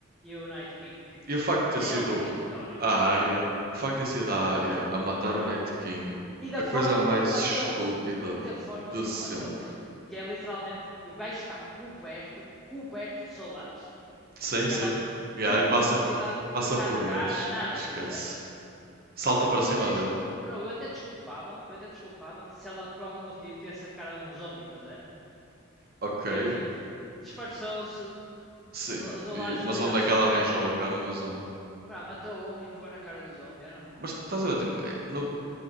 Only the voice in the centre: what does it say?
e o Night King. Tipo,
era obrigatório.
Do
na...
Bro,
e da
forma
como o matou.
E da forma
como
o matou. Que é literalmente, e o gajo está coberto, coberto de soldados,
e
ela
não
usa a habilidade de
trocar
de cara,
nada,
estás a ver?
Eu
até desculpa,
bro, eu até desculpava, eu até desculpava se ela por algum motivo tivesse a cara de um zombie, estás a ver?
Que era tipo, disfarçou-se,
usou
lá as
habilidades
que
esteve
a
treinar.
Ah, pá, matou um e pegou na cara do zombie, I não. know.